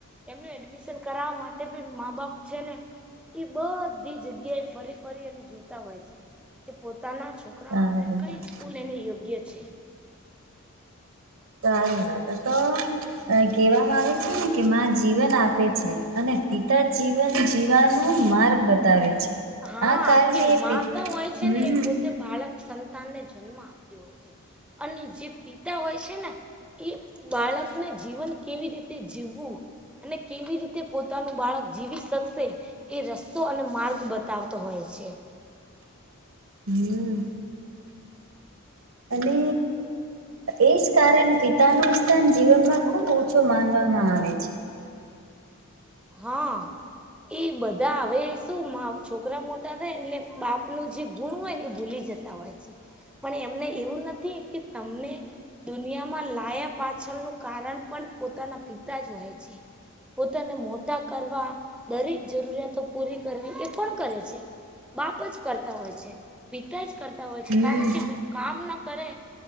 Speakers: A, in the centre; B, on the right.
A: એમનું એડમિશન કરાવવા માટે પણ મા બાપ છે ને, એ બધી જગ્યા એ ફરી ફરી અને જોતા હોય છે, કે પોતાના છોકરા છોકરા
B: સારી
A: માટે કઈ
B: વાત
A: સ્કૂલ એને યોગ્ય છે,
B: સારી વાત તો આવે છે ને કે મા જીવન આપે છે, અને પિતા જીવન જીવવાનું માર્ગ બતાવે છે,
A: હા,
B: આ કારણે
A: કે માતા
B: પિત હમ
A: હોય છે ને એ પોતે બાળક સંતાનને જન્મ આપતી હોય છે, અને જે પિતા હોય છે ને એ બાળકને જીવન કેવી રીતે જીવવું અને કેવી રીતે પોતાનું બાળક જીવી શકશે, એ રસ્તો અને માર્ગ બ તાવતો હોય છે,
B: હમ્મ અને એ જ કારણ પિતા નું સ્થાન જીવનમાં ખુબ ઓછો માનવામાં આવે છે,
A: હા ઈ બધા આવે શું મા છોકરા મોટા થાય એટલે બાપનું જે ગુણ હોય ને એ ભૂલી જતા જતા હોય છે, પણ એમને એવું નથી કે તમને દુનિયામાં લાયા પાછળનું કારણ પણ પોતાના પિતા જ હોય છે, પોતાને મોટા કરવા દરેક જરૂરિયાતો પૂરી કરવી એ પણ કરે છે, બાપ જ કરતા હોય છે પિતા જ કરતા હોય છે
B: હમ
A: કારણ કે કામ ના કરે